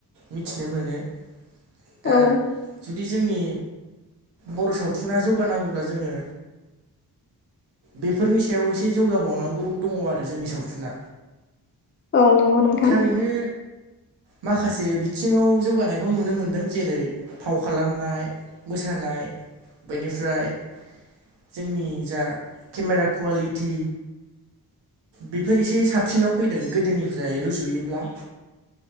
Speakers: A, on the right; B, on the left.
A: मिथिनो मोनो दा।
B: औ
A: जुदि जोंनि बर' सावथुना जौगानांगौब्ला जोंङो। बेफोरनि सायाव एसे जौगाबावनांगौ दंङ' आरो जोंनि सावथुना।
B: औ नंगौ नोंथां
A: थारैनो माखासे बिथिंङाव जौगानायखौ नुनो मोनदों जेरै फाव खालामनाय। मोसानाय बेनिफ्राय जोंनि जा केमेरा कुवालिटि बेफोर एसे साबसिनाव फैदों गोदोनिफ्राय रुजुयोब्ला।